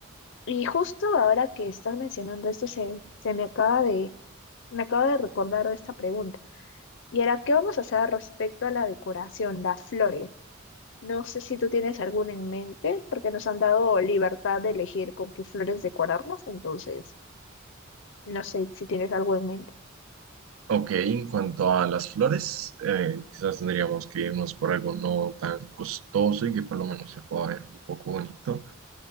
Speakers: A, on the left; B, on the right.
A: y justo ahora que estás mencionando esto se, se me acaba de me acaba de recordar de esta pregunta. ¿Y ahora qué vamos a hacer respecto a la decoración, las flores? No sé si tú tienes alguna en mente, porque nos han dado libertad de elegir con qué flores decorarlas, entonces no sé si tienes algo en mente.
B: Ok, en cuanto a las flores, eh, quizás tendríamos que irnos por algo no tan costoso y que por lo menos se pueda ver un poco bonito.